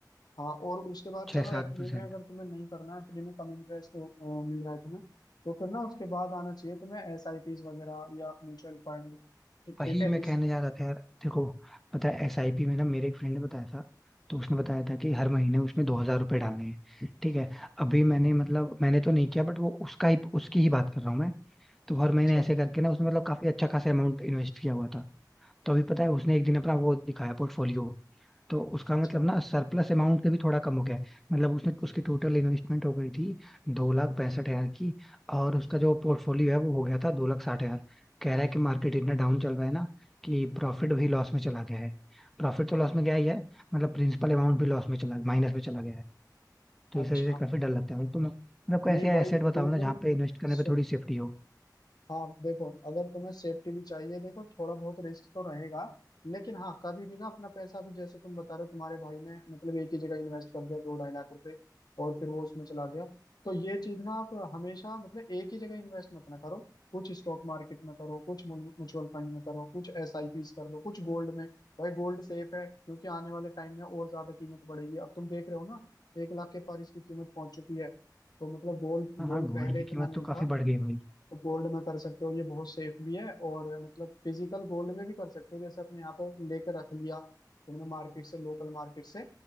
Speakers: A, on the left; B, in the centre.
A: हाँ और उसके बाद
B: छह
A: चलो
B: सात
A: एफडी
B: परसेंट।
A: में अगर तुम्हें नहीं करना एफडी में कम इंटरेस्ट मिल रहा है तुम्हें तो फिर ना उसके बाद आना चाहिए तुम्हें एसआईपीज वगैरह या म्यूचुअल फंड ठीक
B: वही
A: ठीक है
B: मैं
A: इस
B: कहने जा रहा था यार देखो पता है एसआईपी में ना मेरे एक फ्रेंड ने बताया था तो उसने बताया था कि हर महीने उसमें दो हजार रुपये डालने हैं ठीक है अभी मैंने मतलब मैंने तो नहीं किया बट वो उसका ही उसकी ही बात कर रहा हूँ मैं तो हर महीने
A: अच्छा
B: ऐसे करके ना उसने मतलब काफी अच्छा खासा अमाउंट इन्वेस्ट किया हुआ था तो अभी पता है उसने एक दिन अपना वो दिखाया पोर्टफोलियो तो उसका
A: अच्छा
B: मतलब ना सरप्लस अमाउंट से भी थोड़ा कम हो गया है मतलब उसने उसकी टोटल इन्वेस्टमेंट हो गई थी दो लाख पैंसठ हजार की और उसका जो पोर्टफोलियो है वो हो गया था दो लाख साठ हजार कह रहा है कि मार्केट इतना डाउन चल रहा है ना कि प्रॉफिट भी लॉस में चला गया है प्रॉफिट तो लॉस में गया ही है मतलब प्रिंसिपल अमाउंट भी लॉस में चला माइनस में चला गया है तो
A: अच्छा
B: इस वजह से काफी डर लगता है तो मैं मतलब कोई
A: नहीं
B: ऐसे
A: भाई
B: एसेट बताओ
A: बिल्कुल
B: ना जहाँ पे इन्वेस्ट करने
A: स-
B: पे थोड़ी सेफ्टी हो
A: हाँ देखो अगर तुम्हें सेफ्टी भी चाहिए देखो थोड़ा बहुत रिस्क तो रहेगा लेकिन हाँ कभी भी ना अपना पैसा भी जैसे तुम बता रहे हो तुम्हारे भाई ने मतलब एक ही जगह इन्वेस्ट कर दिया दो ढाई लाख रुपए और फिर वो उसमें चला गया तो ये चीज ना आप हमेशा मतलब एक ही जगह इन्वेस्ट मत ना करो कुछ स्टॉक मार्केट में करो कुछ म्यूचुअल फंड में करो कुछ एसआईपीस कर लो कुछ गोल्ड में भाई गोल्ड सेफ है क्योंकि आने वाले टाइम में और ज्यादा कीमत बढ़ेगी अब तुम देख रहे हो ना एक लाख के पार इसकी कीमत पहुंच चुकी है तो मतलब गोल्ड
B: हाँ
A: गोल्ड
B: हाँ गोल्ड
A: पहले
B: की
A: इतना
B: कीमत
A: नहीं
B: तो
A: था
B: काफी बढ़ गई है भाई
A: तो गोल्ड में कर सकते हो ये बहुत सेफ भी है और मतलब फिजिकल गोल्ड में भी कर सकते हो जैसे अपने यहाँ पर लेकर रख लिया तुमने मार्केट से लोकल मार्केट से